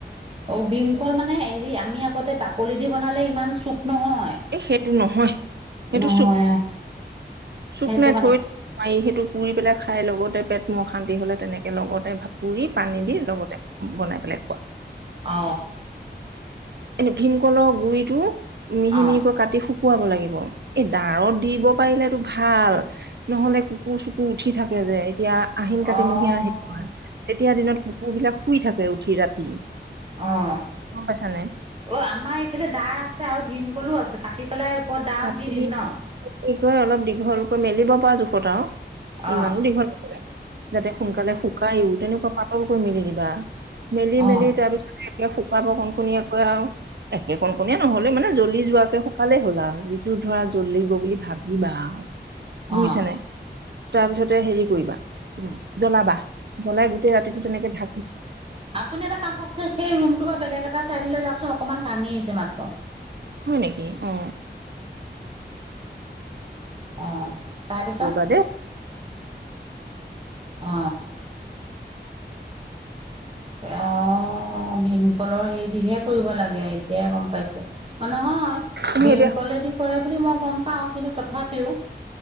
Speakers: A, on the right; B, on the right.
A: অ ভমকল মানে হেৰি আমি আগতে বাকলি দি বনালে ইমান চুপ নহয়
B: এই সেইটো নহয় সেইটো
A: নহয়।
B: চুক
A: সেইটো
B: নাই
A: কাৰণে
B: থৈ মাৰি সেইটো পুৰি পেলাই খাই লগত, - পেট মোৰ অশান্তি হলে তেনেকে লগতে পুৰি পানী দি লগতে বনাই পেলাই খোৱা
A: অ
B: এনে ভীমকলৰ গুৰিটো মিহি
A: অ'।
B: মিহিকৈ কাটি শুক খুৱাব লাগিব। এই দাঁত দিব পাৰিলেতো ভাল নহলে কুকুৰ চুকুৰ উঠি থাকে যে তেতিয়া আহিন
A: অ',
B: কাটিমহীয়া হেৰি কৰা তেতিয়া দিনত কুকুৰ বিলাক শুই থাকে উঠি ৰাতি-
A: অ অ
B: গম পাইছানে
A: আমাৰ এইফালে দাৰ আছে আৰু ভীমকলো, আছে কাটি পেলাই আই ডাঁত
B: ৰাতি
A: দি দিম ন
B: কি অলপ দীঘলকৈ মেলিব পৰা জোখত আৰু
A: অ',
B: ইমানো দীঘল নকলে- যাতে সোনকালে শুকাইো তেনেকুৱা পাতলকৈ মেলি দিবা মেলি
A: অ',
B: মেলি তাৰপিছতে- শুকাব কণকনীয়োকৈ আৰু একে কণ কণিয় নহলেও মানে জ্বলি যোৱাকে শুকালেই হ'লা আৰু- যিটো ধৰা জ্বল, লাগিব বুলি ভাবিবা আৰু বুজিছ
A: অ',
B: নে তাৰপিছতে হেৰি কৰিবা উ জ্বলাবা জলাই গোতেই ৰাতিটো তেনেকে ঢাক
A: আপুনি এটা কাম কৰকচোন সেই ৰুমটো বেলেগ এটা চাইড যাওকচোন অকনমান ভাঙি আহিছে মাত্ৰ
B: হয় নেকি অ
A: আহ তাৰপিছত
B: ৰ'বা দেই
A: অ হয় অ ভীমকলৰ হেৰি দিহে কৰিব লাগে এতিয়াই গম পাইছো। নহয়
B: তুমি
A: ফীমকলেদি
B: এতিয়া
A: কৰে বুলি মই গম পাও। কিন্তু তথাপিও